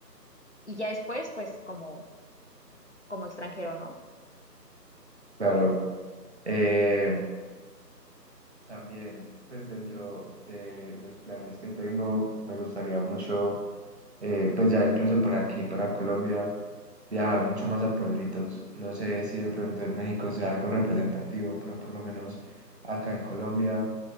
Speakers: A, on the left; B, on the right.
A: y ya después pues como, como extranjero, ¿no?
B: Claro. Eh, También, pues dentro de los planes que tengo, me gustaría mucho, eh, pues ya incluso para aquí, para Colombia, viajar mucho más a pueblitos. No sé si de pronto en México sea algo representativo, pero por lo menos acá en Colombia